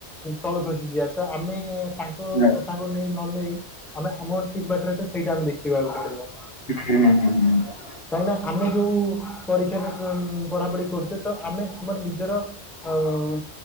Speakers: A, in the centre; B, on the left.
A: ତଳକୁ ଖସିଯିବା। ତ ଆମେ ତାଙ୍କ
B: ହୁଁ
A: କଥାକୁ କୁ ନ ନେଇ ଆମେ ଆମର ଠିକ ବାଟରେ ଅଛେ। ସେଇଟା ଆମେ ଦେଖିବାକୁ ପଡିବ।
B: ହୁଁ ହୁଁ ହୁଁ ହୁଁ <unintelligible>
A: ମାନେ ଆମେ ଯୋଉ ପରୀକ୍ଷାରେ ପଢାପଢି କରୁଛେ ତ ଆମେ ଆମର ନିଜର କ ଉଁ